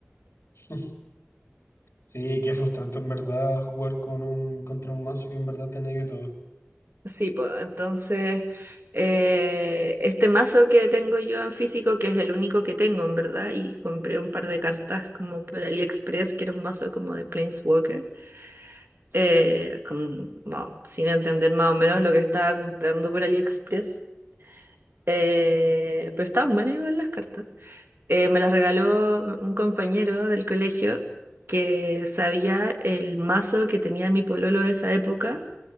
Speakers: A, on the left; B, on the right.
A: <laughs> Sí, qué frustrante en verdad jugar con un, contra un mazo que en verdad te negue todo.
B: Sí, pues entonces eh, este mazo que tengo yo en físico, que es el único que tengo en verdad, y compré un par de cartas como por AliExpress, que era un mazo como de Planeswalker, eh, como, no, sin entender más o menos lo que estaba comprando por AliExpress, eh, pero estaban buenas igual las cartas. Eh, me las regaló un compañero del colegio que sabía el mazo que tenía mi pololo de esa época